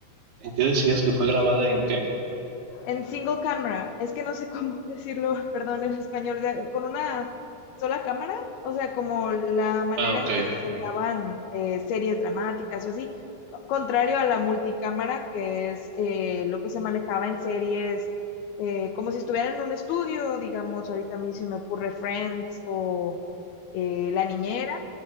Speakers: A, on the right (about 80°); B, on the left (about 75°).
A: ¿en qué decías que fue grabada? ¿En qué?
B: en single camera, es que no sé <laughs> cómo decirlo, perdón, en español, de- con una sola cámara, o sea, como la manera
A: Ah, ok.
B: en que se graban eh, series dramáticas o así, co- contrario a la multicámara, que es eh, lo que se manejaba en series, eh, como si estuvieran en un estudio, digamos, ahorita a mí se me ocurre Friends o eh, La Niñera,